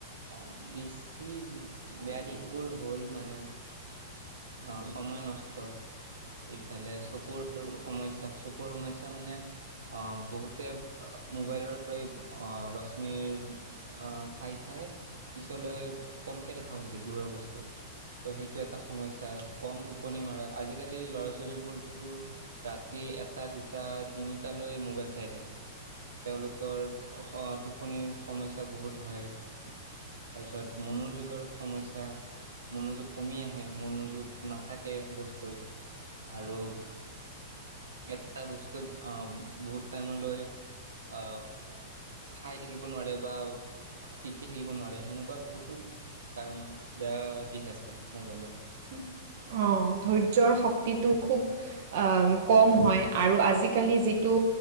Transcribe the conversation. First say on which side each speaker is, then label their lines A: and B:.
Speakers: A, on the right; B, on the right.
A: অ, বেছি বেয়া দিশবোৰ হ'ল মানে অ, সময় নষ্ট। ইফালে চকুৰ সমস্যা চকুৰ সমস্যা মানে অ, বহুতে মোবাইলৰ এই ৰশ্মিৰ অ, চাই চাই পিছলৈ কমকে দেখা হৈছে দূৰৰ বস্তু। ত' সেইটো এটা সমস্যা কম টোপনি মৰা আজিকালি ল'ৰা ছোৱালীবোৰতো ৰাতি এটা দুটা তিনিটা লৈ মোবাইল চাই থাকে। তেওঁলোকৰ হ' টোপনিৰ সমস্যা বহুত হয়। তাৰপিছত মনোযোগৰ সমস্যা। মনোযোগ কমি আহে মনোযোগ নাথাকে বস্তুত। আৰু এটা বস্তুত আ, বহুত টাইম লৈ আ, চাই থাকিব নোৱাৰে বা শিকি থাকিব নোৱাৰে সেনেকুৱা বহুতো কাৰণ বেয়া দিশ আছে মোবাইলত।
B: উম, অ', ধৈৰ্যৰ শক্তিটো খুব আ, কম হয় আৰু আজিকালি যিটো